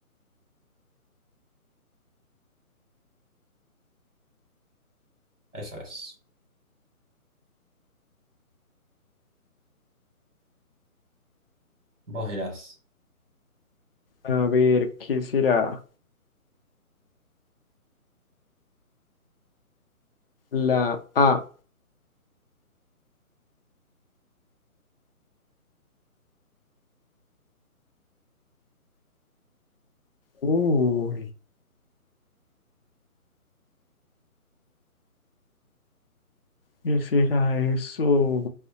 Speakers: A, on the right; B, on the left.
A: Eso es. Vos dirás.
B: A ver, ¿qué será? La A. Uy, ¿qué será eso?